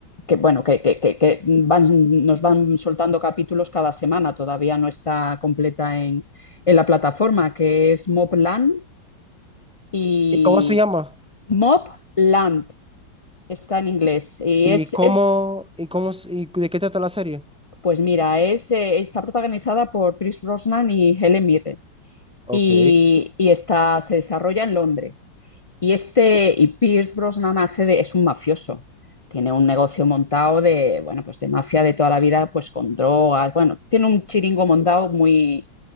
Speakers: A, on the left (about 45°); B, in the centre.
A: que, bueno, que, que- que- que van- nos van soltando capítulos cada semana, todavía no está completa en, en la plataforma, que es Mobland y
B: ¿Y cómo se llama?
A: Mobland. Está en inglés. Y
B: ¿Y
A: es,
B: cómo,
A: es
B: y cómo, s- y de qué trata la serie?
A: pues mira, es, eh, está protagonizada por Pierce Brosnan y Helen Mirren.
B: Ok,
A: Y, y está, se desarrolla en Londres. Y este, y Pierce Brosnan hace de, es un mafioso. Tiene un negocio montado de, bueno, pues de mafia de toda la vida, pues con drogas. Bueno, tiene un chiringo montado muy,